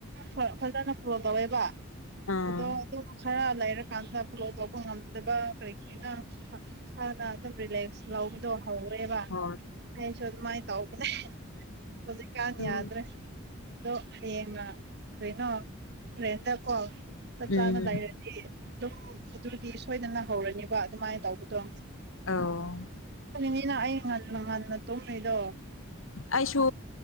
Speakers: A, on the right; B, on the left.
A: ꯐꯖꯅ ꯄꯨꯔꯛꯀꯧꯋꯦꯕ
B: ꯑꯥ
A: ꯑꯗꯣ ꯈꯔ ꯂꯩꯔꯀꯥꯟꯗ ꯐꯣꯂꯣ ꯇꯧꯕ ꯉꯝꯗꯕ ꯀꯔꯤꯒꯅ ꯏꯁꯥꯅ ꯑꯗꯨꯝ ꯔꯤꯂꯦꯛꯁ ꯂꯧꯕꯗꯣ ꯍꯧꯔꯦꯕ
B: ꯍꯣꯏ
A: ꯑꯩꯁꯨ ꯑꯗꯨꯃꯥꯏꯅ ꯇꯧꯕꯅꯦ ꯍꯧꯖꯤꯛꯀꯥꯟ
B: ꯑꯗꯨ
A: ꯌꯥꯗ꯭ꯔꯦ ꯑꯗꯣ ꯍꯌꯦꯡ ꯀꯩꯅꯣ ꯔꯦꯗ ꯀꯣ
B: ꯎꯝ
A: ꯆꯥꯅ ꯂ ꯑꯗꯨꯝ ꯑꯗꯨꯗꯤ ꯁꯣꯏꯗꯅ ꯍꯧꯔꯅꯤꯕ ꯑꯗꯨꯃꯥꯏꯅ ꯇꯧꯕꯗꯣ
B: ꯑꯧ
A: ꯅꯤꯅ ꯑꯩ ꯉꯇ ꯉꯇꯅ ꯇꯣꯡꯅꯩꯗꯣ
B: ꯑꯩꯁꯨ